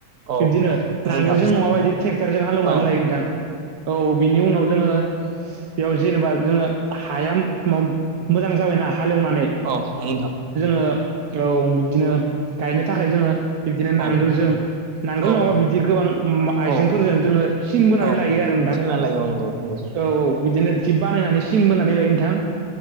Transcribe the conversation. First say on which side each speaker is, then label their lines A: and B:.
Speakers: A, on the right; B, on the right.
A: औ
B: बिबदिनो
A: नंगौ
B: नांगोलजों
A: नोंथां
B: नङाबायदि ट्रेक्टरजों हालेवनानै
A: औ
B: लायो नोंथां औ बिनि उनाव जोङो बेयाव जेनेबा जोङो हाया मोजां जाबायना हालेवनानै
A: अ नंगौ नोंथां
B: ओ औ बिब्दिनो गायनो थाखाय जोङो बिब्दिनो
A: औ
B: नांगोलजों नांगोल
A: औ
B: नङाबा बिदि गोबां आइजेंफोरजों
A: औ
B: जोङो सिन बोनानै
A: औ
B: लायो आरो नोंथां
A: सिमना लायो औ नंगौ नंगौ
B: औ - औ बिदिनो जिप बानायनानै सिन बोनानै लायो नोंथां